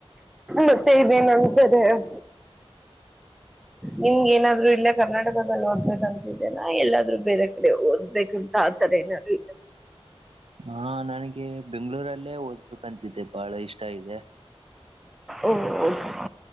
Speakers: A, in the centre; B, on the right.
A: ಮತ್ತೆ ಇದೇನ್ ಅಂತಾರೆ <inaudible> ನಿಮ್ ಏನಾದ್ರು ಇಲ್ಲ ಕರ್ನಾಟಕದಲ್ಲಿ ಓದ್ಬೇಕೇಂತಿದ್ದೇನಾ ಎಲ್ಲಾದ್ೂ ಬೇರೆ ಕಡೆ ಓದ್ಬೇಕುಂತ ದೆನದ್ರು ಇದಿಯಾ
B: ಹಾ ನನಗೆ ಬೆಂಗ್ಗಳೂರಲ್ಲೇ ಓದ್ಬೇಕಂತಿದ್ದೆ ಬಹಳ ಇಷ್ಟ ಇದೆ
A: ಓಕೆ